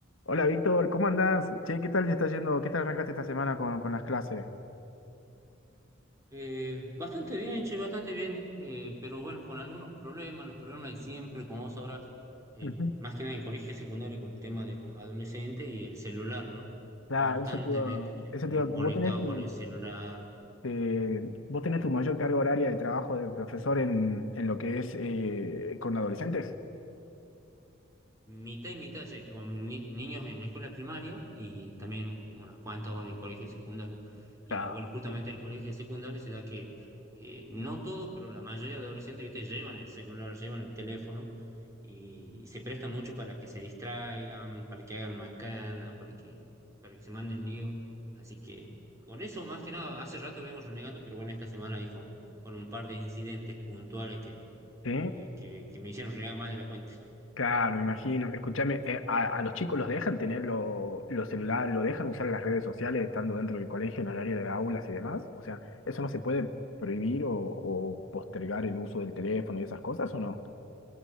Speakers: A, on the left; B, on the right.
A: Hola Víctor, ¿cómo andás? Che, ¿qué tal te está yendo? ¿Qué tal arrancaste esta semana con, con las clases?
B: Eh, bastante bien, che, bastante bien, eh, pero bueno, con algunos problemas, los problemas de siempre, como vos sabrás, eh,
A: Ujú.
B: más que nada en colegio secundario con el tema de los adolescentes y el celular, ¿no?
A: Claro,
B: Constantemente,
A: eso te iba,
B: che,
A: eso
B: con-
A: te iba-
B: conectados
A: vos tenés tu,
B: con el celular,
A: eh, vos tenés tu mayor carga horaria de trabajo de profesor en, en lo que es eh, con adolescentes.
B: mitad y mitad, ya con ni- niños en escuela primaria y también unas cuantas horas en colegio secundario. Y
A: Claro.
B: bueno, justamente en el colegio secundario se da que eh, no todos, pero la mayoría de adolescentes, ¿viste? llevan el celular, llevan el teléfono y, y se presta mucho para que se distraigan, para que hagan macanas, para que, para que se manden lío. Así que con eso, más que nada, hace rato vengo renegando, pero bueno, esta semana ahí con, con un par de incidentes puntuales que,
A: ¿Sí?
B: que, que que me hicieron renegar más de la cuenta.
A: Claro, me imagino. Escúchame, eh, a, a los chicos los dejan tener lo- los celulares, lo dejan usar las redes sociales estando dentro del colegio en horario de aulas y demás. O sea, ¿eso no se puede prohibir o, o postergar el uso del teléfono y esas cosas o no?